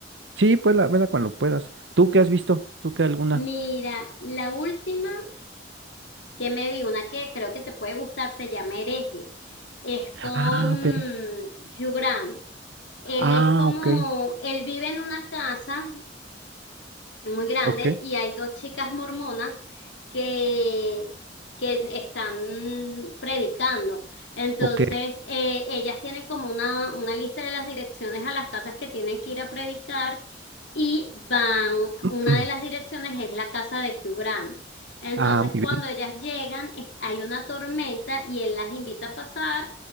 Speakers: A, on the right (about 75°); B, on the left (about 75°).
A: Sí, vela, vela cuando puedas. ¿Tú qué has visto? ¿Tú qué alguna?
B: Mira, la última. que me vi una que creo que te puede gustar, se llama Hereje. Es
A: Ah,
B: con
A: ok.
B: Hugh Grant. Él
A: Ah,
B: es como,
A: ok.
B: él vive en una casa muy grande
A: Ok.
B: y hay dos chicas mormonas que, que están predicando. Entonces,
A: Ok.
B: eh, ellas tienen como una, una lista de las direcciones a las casas que tienen que ir a predicar y van,
A: <clears throat>
B: una de las direcciones es la casa de Hugh Grant. Entonces,
A: Ah, muy
B: cuando
A: bien.
B: ellas llegan, es- hay una tormenta y él las invita a pasar